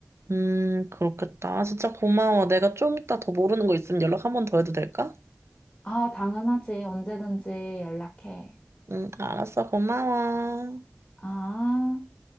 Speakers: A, on the right; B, on the left.
A: 음, 그렇겠다. 아, 진짜 고마워. 내가 좀 이따 더 모르는 거 있으면 연락 한 번 더 해도 될까?
B: 아, 당연하지. 언제든지 연락해.
A: 응, 알았어. 고마워.
B: 아.